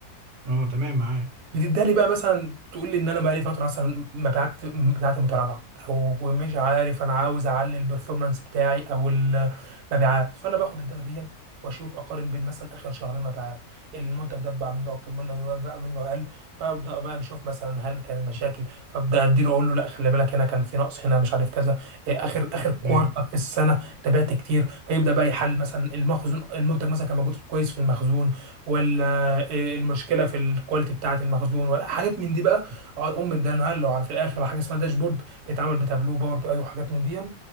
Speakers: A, on the right (about 50°); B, on the right (about 75°).
A: اه تمام معاك
B: بتداني بقى مثلا تقول لي ان انا بقى لي فتره مثلا مبيعات بتاعتي متراجعه او مش عارف انا عاوز اعلي البرفورمانس بتاعي او المبيعات فانا باخد الداتا دي واشوف اقارن بين مثلا اخر شهرين مبيعات المنتج ده اتباع منه اكتر المنتج ده اتباع منه اقل فابدا بقى نشوف مثلا هل كان المشاكل فابدا اديله اقول له لا خلي بالك هنا كان في نقص هنا مش عارف كذا إيه، اخر اخر كوارتر
A: ايوه
B: في السنه تبعت كتير فيبدا بقى يحل مثلا المخزون المنتج مثلا كان موجود كويس في المخزون ولا إيه المشكله في الكواليتي بتاعه المخزون ولا حاجات من دي بقى اقعد ام اداله له على في الاخر على حاجه اسمها داشبورد بيتعمل بتابلو باور بي اي وحاجات من دي